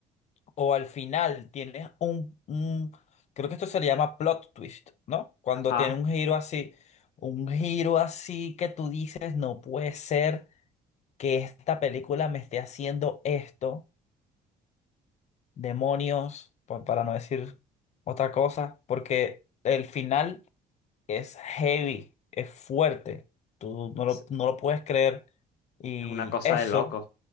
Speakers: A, on the left; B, on the left.
A: o al final tienes un, un- creo que esto se le llama plot twist, ¿no? Cuando
B: Ajá.
A: tiene un giro así, un giro así que tú dices, no puede ser que esta película me esté haciendo esto demonios, pa- para no decir otra cosa, porque el final es heavy, es fuerte, tú no lo,
B: Es
A: no lo puedes creer y
B: es una cosa
A: eso
B: de loco.